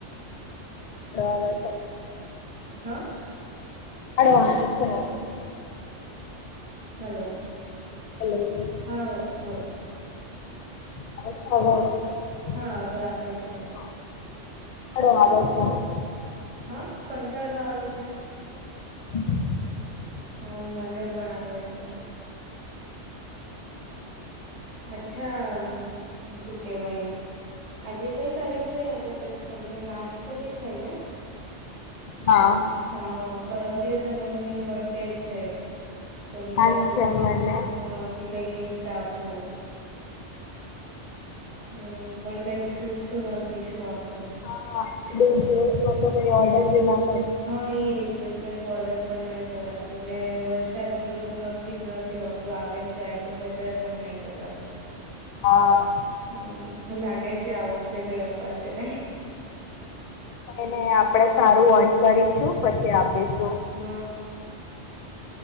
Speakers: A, on the left; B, on the right.
A: તોવા
B: હે
A: અડવા
B: હલો
A: હ
B: હા બોલ
A: હ
B: હા હવે આવે છે
A: બડ વા છે
B: હા કંટાળો આવે છે
A: <inaudible>
B: હમ મને પણ આવે છે અચ્છા શું કેવાય આજે કઈ તારીખ થઈ આજે કઈક સમથિંગ આઠ તારીખ થઈ ને
A: હા
B: હા પરમ દિવસે મમ્મી ની બર્થ ડે છે તો
A: ધ્યાન
B: વિચારતી
A: છે
B: હતી
A: મને
B: હ કે કઈ ગિફ્ટ આપો હમ પણ કઈક સૂચતું નથી શું આપવું
A: હા ડે તોઈ ઓર્ડર દેના
B: હા એજ કઈક ઓર્ડર પણ નહીં કરાતું ને વરસાદ નું જો નક્કી જ નથી હોતું આવે ને જાય તો જર્મન નહી જવાતું
A: હા
B: હમ હું લાગે છે આ વખતે કઈ અપાશે નહી
A: ને આપણેે સારું અન કરીશું પછી આપીશું.
B: હમ